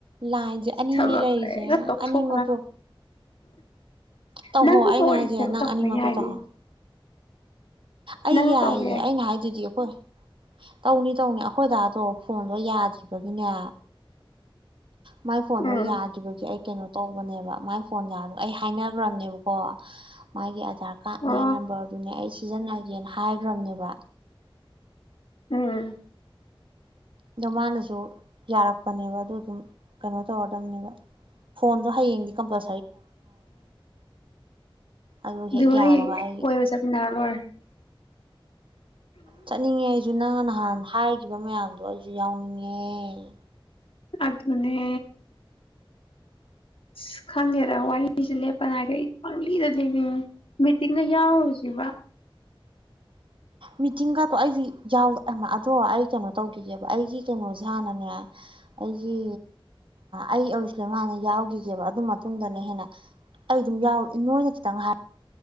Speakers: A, on the right; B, on the left.
A: ꯂꯥꯏꯟꯁꯦ ꯑꯅꯤꯅꯤ
B: ꯊꯕꯛ
A: ꯂꯩꯔꯤꯁꯦ
B: ꯀꯩꯒ ꯇꯣꯛꯊꯣꯛꯀꯗ
A: ꯑꯅꯤꯃꯛꯇꯣ ꯇꯧꯍꯧ
B: ꯅꯪ
A: ꯑꯩꯅ
B: ꯑꯣꯔꯤꯐꯂꯦꯝ
A: ꯍꯥꯏꯁꯦ ꯅꯪ
B: ꯇꯧꯕꯥ
A: ꯑꯅꯤꯃꯛꯇꯣ
B: ꯌꯥꯏꯌꯦ
A: ꯇꯧꯍꯧ ꯑꯩ
B: ꯅꯪ
A: ꯌꯥꯏꯌꯦ
B: ꯇꯧꯕ ꯌꯥꯏ
A: ꯑꯩꯅ ꯍꯥꯏꯗꯨꯗꯤ ꯍꯣꯏ ꯇꯧꯅꯤ ꯇꯧꯅꯤ ꯑꯩꯈꯣꯏꯗꯗꯣ ꯐꯣꯟꯗꯣ ꯌꯥꯗ꯭ꯔꯤꯕꯒꯤꯅꯦ ꯃꯥꯏ ꯐꯣꯟꯗꯣ
B: ꯎꯝ
A: ꯌꯥꯈꯤꯕꯒꯤ ꯑꯩ ꯀꯩꯅꯣ ꯇꯧꯕꯅꯦꯕ ꯃꯥꯏ ꯐꯣꯟ ꯌꯥꯕ ꯑꯩ ꯍꯥꯏꯅꯈ꯭ꯔꯕꯅꯦꯕꯀꯣ ꯃꯥꯒꯤ ꯑꯙꯥꯔ ꯀꯥꯔꯗꯅꯦ
B: ꯑꯣ
A: ꯅꯝꯕꯔꯗꯨꯅꯦ ꯑꯩꯁꯦ ꯁꯤꯖꯤꯟꯅꯒꯦꯅ ꯍꯥꯏꯈ꯭ꯔꯕꯅꯦꯕ
B: ꯎꯝ
A: ꯑꯗꯣ ꯃꯥꯅꯁꯨ ꯌꯥꯔꯛꯄꯅꯦꯕ ꯑꯗꯨ ꯑꯗꯨꯝ ꯀꯩꯅꯣ ꯇꯧꯔꯗꯕꯅꯦꯕ ꯐꯣꯟꯗꯣ ꯍꯌꯦꯡꯗꯤ ꯀꯝꯄꯜ ꯑꯗꯨ ꯍꯦꯛ
B: ꯑꯣꯋꯥ
A: ꯌꯥꯕꯒ
B: ꯍ
A: ꯑꯩ
B: ꯀꯣꯏ ꯆ ꯅꯅꯥꯂꯔ
A: ꯆꯠꯅꯤꯡꯉꯦ ꯍꯥꯏ ꯑꯩꯁꯨ ꯅꯪ ꯅꯍ ꯅꯍꯥꯟ ꯍꯥꯏꯈꯤꯕ ꯃꯌꯥꯝꯗꯣ ꯑꯩꯁꯨ ꯌꯥꯎꯅꯤꯡꯉꯦ
B: ꯑꯗꯨꯅꯤ ꯑ ꯈꯪꯉꯦꯔ ꯋꯥꯔꯤꯁꯦ ꯂꯦꯞꯄꯅ ꯍꯥꯏꯒ ꯑꯩ ꯄꯪꯂꯤꯗ ꯂꯩ ꯃꯤꯇꯤꯡꯗ ꯌꯥꯎꯔ ꯖꯤꯕ
A: ꯃꯤꯇꯤꯡꯒꯇꯣ ꯑꯩꯁꯨ ꯑꯗꯣ ꯑꯩ ꯀꯩꯅꯣ ꯇꯧꯈꯤꯒꯦꯕ ꯑꯩꯒꯤ ꯀꯩꯅꯣꯁꯦ ꯍꯥꯟꯅꯅꯦ ꯑꯩꯒꯤ ꯑꯩ ꯑꯔꯤꯁꯂ ꯍꯥꯟꯅ ꯌꯥꯎꯈꯤꯒꯦꯕ ꯑꯗꯨ ꯃꯇꯨꯡꯗꯅꯦ ꯍꯦꯟꯅ ꯑꯩ ꯑꯗꯨꯝ ꯅꯣꯏꯅ ꯈꯤꯇꯪ ꯍꯥꯏꯔꯦ